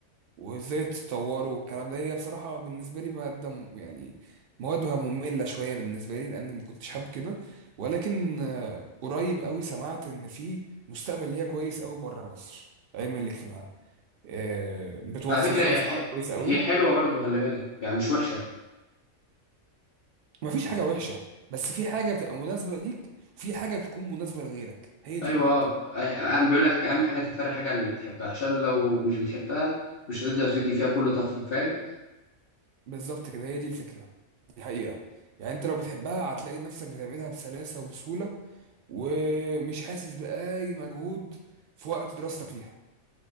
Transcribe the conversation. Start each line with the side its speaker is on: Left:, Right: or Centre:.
Right: وازاي اتطوروا والكلام ده هي بصراحة بالنسبة لي مادة م- يعني موادها مملة شوية بالنسبة لي لأن ما كنتش حابب كده ولكن آه، قريب قوي سمعت إن في مستقبل ليها كويس قوي بره مصر علم الاجتماع آه، بتوفر
Left: على فكرة
Right: فرص
Left: هي ح...
Right: عمل كويسة قوي
Left: هي حلوة برضو خلي بالك يعني مش وحشة
Right: مفيش حاجة وحشة بس في حاجة بتبقى مناسبة ليك وفي حاجة بتكون مناسبة لغيرك هي
Left: أيوة
Right: دي النقطة
Left: آه، أهم بيقول لك أهم حاجة تختار الحاجة اللي بتحبها عشان لو مش بتحبها مش هتقدر تدي فيها كل طاقتك فاهم
Right: بالظبط كده هي دي الفكرة دي حقيقة يعني انت لو بتحبها هتلاقي نفسك بتعملها بسلاسة وبسهولة ومش حاسس بأي مجهود في وقت دراستك ليها